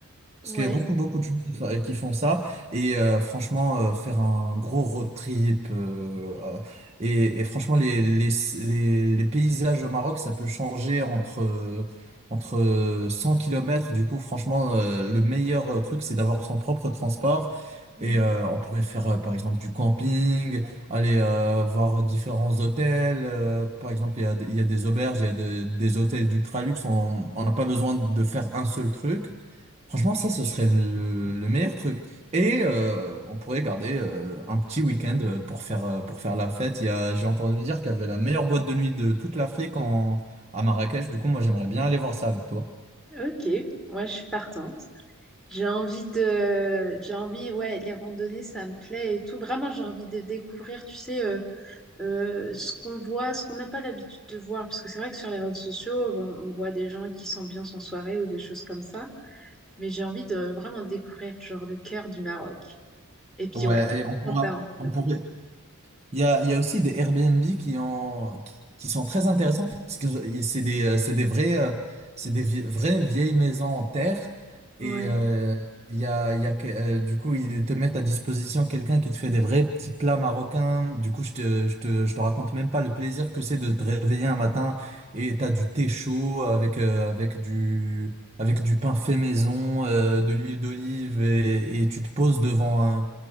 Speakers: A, on the right; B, in the centre.
A: Parce
B: Ouais.
A: qu'il y a beaucoup, beaucoup de gens qui, fa- qui font ça. Et euh, franchement, euh, faire un gros road trip. euh, euh, et, et franchement, les, les, les, les paysages au Maroc, ça peut changer entre, euh, entre euh, 100 kilomètres. Du coup, franchement, euh, le meilleur euh, truc, c'est d'avoir son propre transport.
B: Mm.
A: Et euh, on pourrait faire, euh, par exemple, du camping, aller euh, voir différents hôtels. Euh, par exemple, il y a, il y a des auberges, il y a de- des hôtels d'ultra luxe. On on n'a pas besoin de faire un seul truc. Franchement, ça, ce serait le, le meilleur truc. Et euh, on pourrait garder euh, un petit week-end euh, pour faire, euh, pour faire la fête. Il y a, j'ai entendu dire qu'il y avait la meilleure boîte de nuit de toute l'Afrique en, à Marrakech. Du coup, moi, j'aimerais bien aller voir ça avec toi.
B: Ok, moi je suis partante. J'ai envie de, j'ai envie, ouais, les randonnées, ça me plaît et tout. Vraiment, j'ai envie de découvrir, tu sais, euh, euh, ce qu'on voit, ce qu'on n'a pas l'habitude de voir. Parce que c'est vrai que sur les réseaux sociaux, on, on voit des gens qui s'ambiancent en soirée ou des choses comme ça. Mais j'ai envie de vraiment découvrir, genre, le cœur du Maroc. Et puis,
A: Ouais,
B: ouais,
A: et
B: après,
A: On pourra,
B: on termine en beauté.
A: on pourrait, Il y a, il y a aussi des Airbnb qui, ont qui, qui sont très intéressants parce que je- c'est des, euh, c'est des vrais, euh, c'est des vie- vraies vieilles maisons en terre et
B: Ouais,
A: euh, il y a, il y a, que- euh, du coup ils te mettent à disposition quelqu'un qui te fait des vrais petits plats marocains. Du coup je te, je te, je te raconte même pas le plaisir que c'est de te réveiller un matin et t'as du thé chaud avec, euh, avec du, avec du pain fait maison, euh, de l'huile d'olive et, et tu te poses devant un